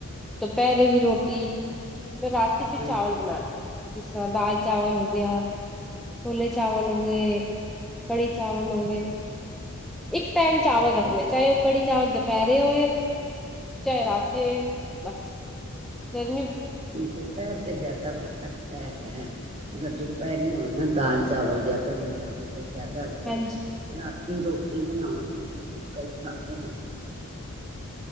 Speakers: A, in the centre; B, on the right.
A: ਦੁਪਹਿਰੇ ਵੀ ਰੋਟੀ ਮੈਂ ਰਾਤੀ ਫਿਰ
B: ਹਾਂਜੀ
A: ਚਾਵਲ ਬਨਾਨੀ ਆ। ਜਿਸ ਤਰ੍ਹਾਂ ਦਾਲ ਚਾਵਲ ਹੋ ਗਿਆ ਛੋਲੇ ਚਾਵਲ ਹੋ ਗਏ, ਕੜੀ ਚਾਵਲ ਹੋ ਗਏ। ਇੱਕ ਟਾਈਮ ਚਾਵਲ
B: ਅੱਛਾ
A: ਰੱਖਣੇ, ਚਾਹੇ ਉਹ ਕੜੀ ਚਾਹੇ ਉਹ ਦੁਪਹਿਰੇ ਹੋਏ, ਚਾਹੇ ਰਾਤੀ ਹੋਏ, ਬਸ ਗਰ
B: ਦੁਪਹਿਰ ਤੇ ਜ਼ਿਆਦਾ ਅੱਛਾ ਹੈਗੇ ਅਗਰ ਦੁਪਹਿਰੀ ਹੋ ਦਾਲ ਚਾਵਲ ਯਾ ਕੜੀ ਚਾਵਲ ਤੇ ਜਿਆਦਾ ਅੱਛਾ
A: ਹਾਂਜੀ
B: ਹੈ। ਰਾਤ ਕੀ ਰੋਟੀ ਬਣਾਉ ਇੱਕ-ਇੱਕ ਫੁਲਕਾ ਈ ਖਾ ਲਓ।